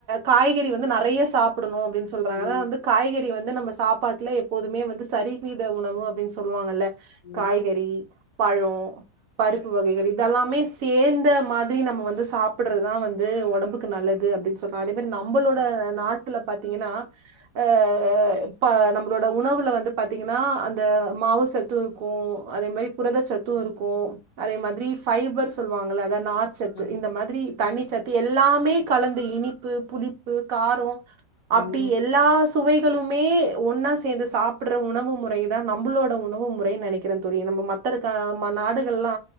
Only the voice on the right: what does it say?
காய்கறி வந்து நெறய சாப்டணு அப்டின் சொல்றாங்க
அதா வந்து காய்கறி வந்து நம்ம சாப்பாட்டுல எப்பேதுமோ சரிவீத உணவு அப்டின் சொல்லுவாங்கல்ல காய்கறி
பழோ பருப்பு வகைகள் இதெல்லாமே செ தேந்த மாதிரி நம்ம வந்து சாப்றதுதா வந்து ஒடம்புக்கு நல்லது அப்டின் சொன்னா அதே மாதிரி நம்மளோட நாட்டுல பாத்தீங்னா அ இப்ப நம்மளோட உணவுல வந்து பாத்தீங்னா அந்த மாவுசத்து க்கோ அதே மாரி புரத சத்து இருக்கு அதே மாதிரி ஃபைபர் சொல்லுவாங்ள அத நார் சத்து
இந்த மாதிரி தண்ணிச்சத் எல்லாமே கலந்து இனிப்பு, புளிப்பு, காரோ
அப்டி எல்லா துவைகளுமே ஒன்னா சேந்து சாப்ட்ற உணவு முறை தா நம்மளோட உணவு முறை நெனக்கிறே தோழி நம்ம மத்த த்திருக்க நாடுகள்லா